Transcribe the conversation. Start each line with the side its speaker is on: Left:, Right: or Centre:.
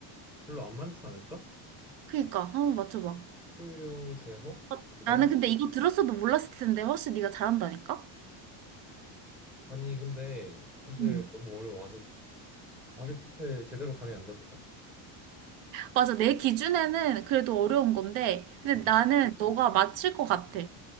Centre: 별로 안 많지 않을까?
Right: 그니까 한번 맞춰봐.
Centre: 포유류 중에서
Right: 어,
Centre: 두 발?
Right: 나는 근데 이거 들었어도 몰랐을 텐데 훨씬 네가 잘한다니까?
Centre: 아니, 근데 사실
Right: 응.
Centre: 너무 어려워. 아직, 아직 사실 제대로 감이 안 잡혀.
Right: 맞아. 내 기준에는 그래도 어려운 건데 근데
Centre: 음.
Right: 나는 너가 맞힐 것 같아.